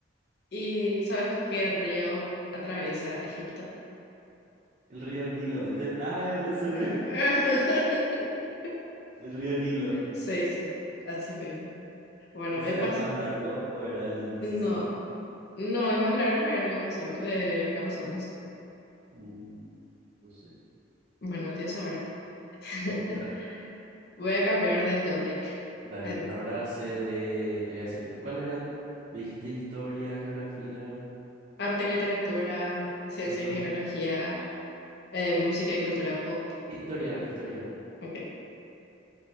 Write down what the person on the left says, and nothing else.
¿Y sabes qué río atraviesa Egipto?
<laughs>
Sí, sí, así mismo. Bueno,
voy a
pasar.
No, no, el más largo no era el Amazonas, del Amazonas.
Bueno, Dios sabrá. <laughs>
Voy a cambiar de topic.
En
arte y literatura, ciencia
y tecnología, eh, música y cultura pop.
Ok.